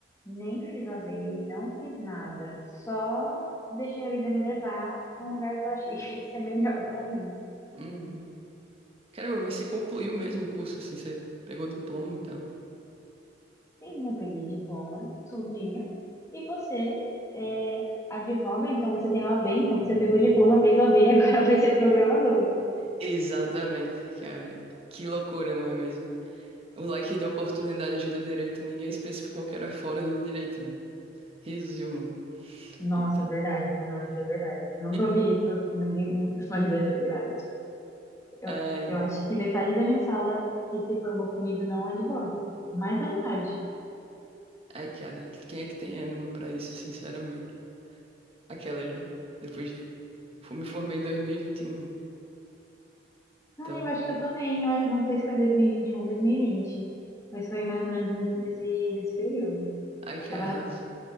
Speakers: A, on the left; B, on the right.
A: Nem fiz a ABI, não fiz nada. Só deixei a vida me levar para um lugar que eu achei que ia ser melhor para mim.
B: Uhum. Caramba, mas você concluiu mesmo o curso, assim, você pegou o diploma e tal.
A: Sim, eu peguei diploma, tudinho. E você é, advoga, então você tem o A B então você pegou diploma, fez o a OAB, agora <laughs> vai ser programadora.
B: Exatamente, cara. Que loucura, não é mesmo? O leque de oportunidade do direito, ninguém especificou que era fora do direito, né? Resumo.
A: Nossa,
B: E tu-
A: verdade, nossa, é verdade. Eu nunca
B: <laughs>
A: ouvi isso, ninguém, <laughs> mas é verdade. Eu,
B: Ai,
A: eu acho que metade da minha sala que se formou comigo não é de advoga. Mais da metade.
B: ai, cara, quem é que tem ânimo pra isso, sinceramente? Aquelas, né? Depois de. Eu me formei em 2021.
A: Ah,
B: Então,
A: eu acho que eu também. Eu não sei se foi 2021, 2020. Mas foi mais ou menos nesse, nesse, nesse período.
B: ai que
A: Tava
B: arraso.
A: na,